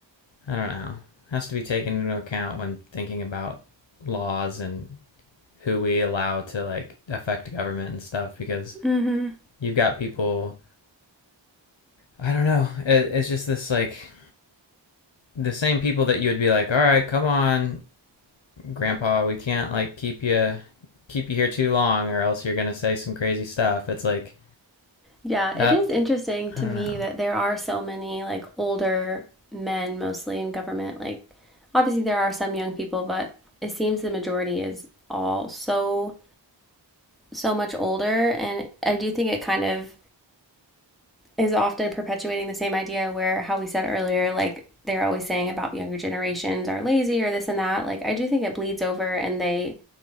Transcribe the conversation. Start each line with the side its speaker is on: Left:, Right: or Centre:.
Left: I don't know, has to be taken into account when thinking about laws and who we allow to like affect government and stuff because
Centre: Mm-hmm.
Left: you've got people I don't know. It, it's just this like the same people that you would be like, all right, come on, Grandpa, we can't like keep you keep you here too long, or else you're gonna say some crazy stuff. It's like
Centre: Yeah,
Left: that.
Centre: it is interesting to
Left: I don't
Centre: me
Left: know.
Centre: that there are so many like older men mostly in government. Like, obviously, there are some young people, but it seems the majority is all so, so much older. And I do think it kind of is often perpetuating the same idea where how we said earlier, like, they're always saying about younger generations are lazy or this and that. Like, I do think it bleeds over and they